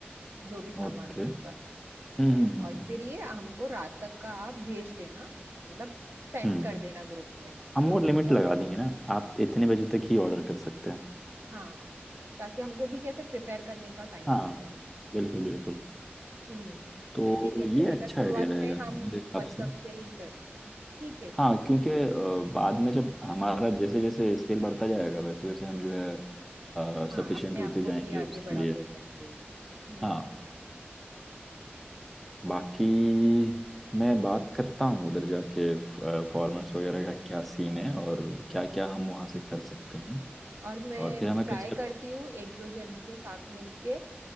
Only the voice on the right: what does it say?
जो भी सामान
है आपका
और
फिर ये हमको रात तक का आप भेज देना मतलब सेंड
कर देना ग्रुप में तो
सुबह
हाँ ताकि हमको भी कैसे प्रिपेयर करने का टाइम
मिल जाएगा
हम्म
ठीक है
चलेगा
शुरुआत
में हम
व्हाट्सएप
से ही करते हैं ठीक है
हाँ अपने
आप
को भी आगे
बढ़ाते
जाएंगे हम्म
ठीक है
और मैं
ट्राई
करती हूँ एक दो जन के साथ मिलके